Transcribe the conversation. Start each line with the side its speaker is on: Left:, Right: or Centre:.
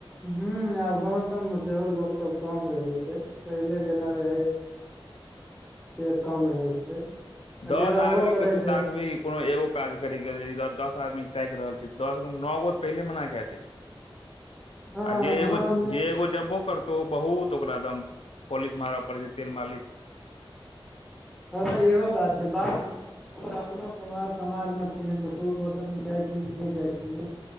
Centre: ह आब गाँंव सबमे सेहो लोक सब कम रहै छै पहिले जेना रहै से कम रहै छै आ
Left: दस
Centre: जे रहबो
Left: आदमी
Centre: करै
Left: के तक़भी
Centre: छै
Left: क भी कोनो एगो काज करे गेल दस आदमी ताकि रहल छै दस गो मे नओ गोऽ पहिले मना कए देै छै
Centre: हँ
Left: आ जे एगो
Centre: आममे
Left: जे एगो जबो करतौ बहुत ओकरा दम पॉलिश मारब पड़ छै तेल मालिश
Centre: हँ इहो बात छै बा अपनो सभाब समाज मे केहन ककरो दोसरमे जाइ छ कि नहि जाइथि